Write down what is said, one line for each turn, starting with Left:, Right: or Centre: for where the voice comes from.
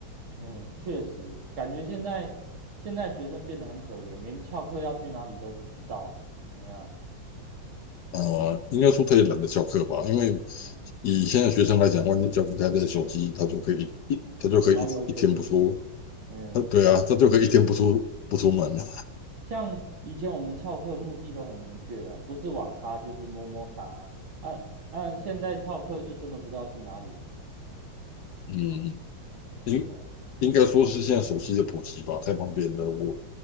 Right: 嗯，确实，感觉现在现在学生变得很可怜，连翘课要去哪里都不知道了。怎么样？
Left: 呃，应该说他也懒得翘课吧，因为
Right: 哦，
Left: 以现在学生来讲的话，你只要不开这手机，他就可以一他就可以一一天不出，
Right: 遨游全世界。嗯，
Left: 他对啊，他就可以一天不出不出门了。
Right: 像以前我们翘课目的都很明确啊，不是网咖就是摸摸茶啊。那现在翘课就真的不知道去哪里。
Left: 嗯，应应该说是现在手机的普及吧，
Right: 对啊，
Left: 太方便了。我